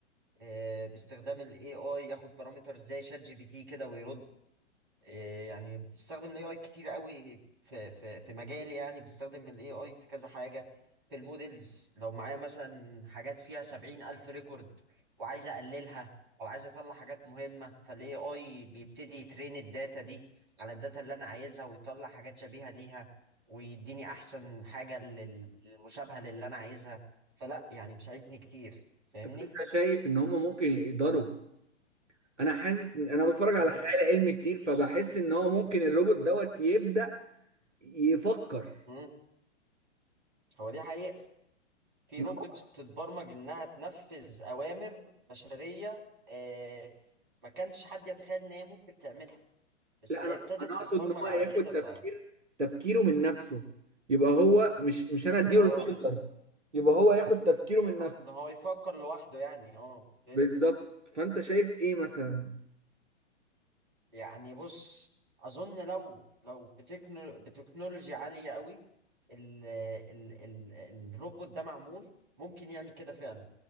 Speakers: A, on the right; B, on the right.
A: آه، باستخدام الاي اي ياخد بارامتر زي شات جي بي تي كده ويرد إيه يعني بستخدم الاي اي كتير قوي في في في مجالي يعني بستخدم الاي اي في كذا حاجه في المودلز لو معايا مثلا حاجات فيها سبعين الف ريكورد وعايز اقللها او عايز اطلع حاجات مهمه فالاي اي بيبتدي يترين الداتا دي على الداتا اللي انا عايزها ويطلع حاجات شبيهه ليها ويديني احسن حاجه لل- المشابهه للي انا عايزها فلا يعني مساعدني كتير فاهمني
B: طب انت شايف ان هم ممكن يقدروا انا حاسس ان انا بتفرج على
A: مم.
B: خيال علمي كتير فبحس ان هو ممكن الروبوت دوت يبدأ يفكر
A: مم. هو دي حقيقه في
B: ما-
A: روبوتس
B: هو-
A: بتتبرمج انها تنفذ اوامر بشريه آه ما كانش حد يتخيل ان هي ممكن تعملها بس
B: لا
A: هي
B: انا
A: ابتدت
B: انا اقصد
A: تتبرمج
B: ان هو
A: على
B: ياخد
A: كده
B: تفكير
A: ف اه
B: تفكيره من نفسه يبقى هو مش مش انا اديله
A: آه،
B: الاوردر يبقى هو ياخد تفكيره من نفسه
A: ان هو يفكر لوحده يعني اه فهمتك
B: بالظبط فانت شايف ايه مثلا
A: يعني بص اظن لو لو بتكنو... بتكنولوجيا عاليه قوي ال... ال... ال... الروبوت ده معمول ممكن يعمل كده فعلا